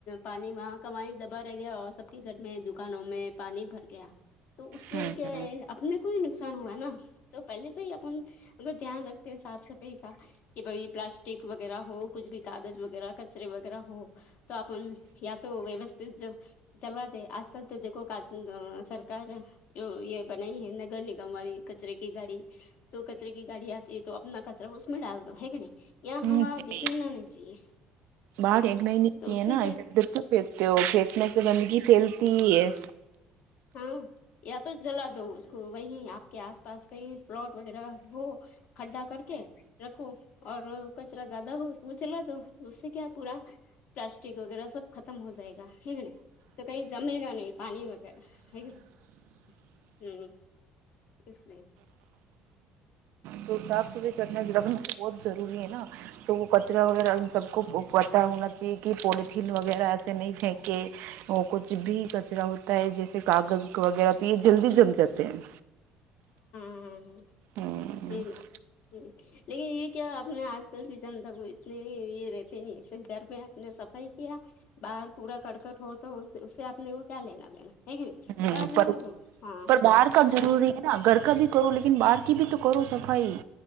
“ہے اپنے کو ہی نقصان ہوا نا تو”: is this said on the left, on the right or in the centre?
Left